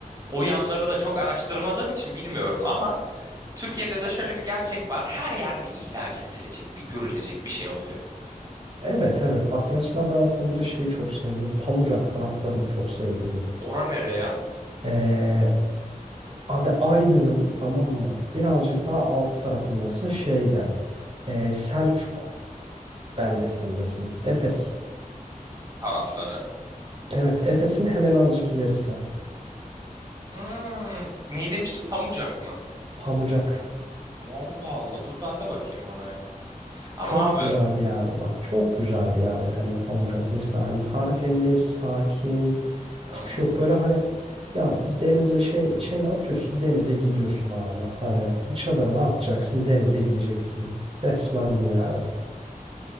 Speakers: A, on the right; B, on the right.
A: o yanları da çok araştırmadığım için bilmiyorum ama Türkiye'de de şöyle bir gerçek var. Her yerde illa gezilecek bir görülecek bir şey oluyor.
B: Evet evet bak mesela ben o konuda şeyi çok sevdim. Pamucak taraflarını çok sevdiydim.
A: Ora nereye?
B: Ee, abi Aydın'ın tamam mı? Birazcık daha alt tarafındasın şeyde. ee, Selçuk beldesindesin. Efes.
A: Tarafları.
B: Evet, Efes'in hemen azıcık ilerisi.
A: Hmm, ne demiştim? Pamucak mı?
B: Pamucak.
A: Vallahi Allah dur ben de bakayım oraya. Ama
B: Çok
A: abi
B: güzel bir yerdi bak. Çok güzel bir yerdi hem de Pamucak. Mesela hani tertemiz, sakin.
A: hmm,
B: Hiçbir şey yok. Böyle hani ya denize şey şeyini atıyorsun, denize gidiyorsun abi. Hani çadırını atacaksın, denize gideceksin. Resmen bu yani.